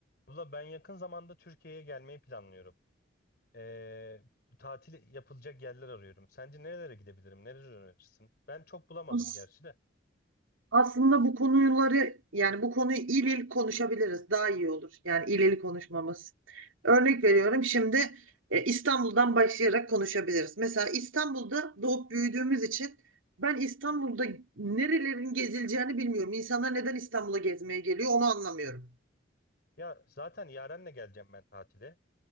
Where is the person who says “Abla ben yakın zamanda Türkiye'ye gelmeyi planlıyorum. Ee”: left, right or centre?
Left